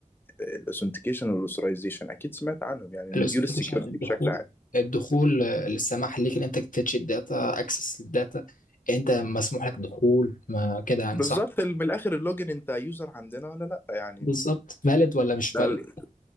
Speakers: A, on the left; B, on the left.
A: الاثنتيكيشن والاوثرايزيشن اكيد سمعت عنهم يعني مديول
B: الاوثنتيكيشن
A: السكيورتي
B: الدخول
A: بشكل عام
B: الدخول آه، السماح ليك ان انت تتش الداتا اكسس الداتا انت مسموح لك دخول ما كده يعني
A: بالظبط
B: صح
A: من الاخر اللوجن انت يوزر عندنا ولا لا يعني
B: بالظبط فالid ولا مش فالid
A: ده ال-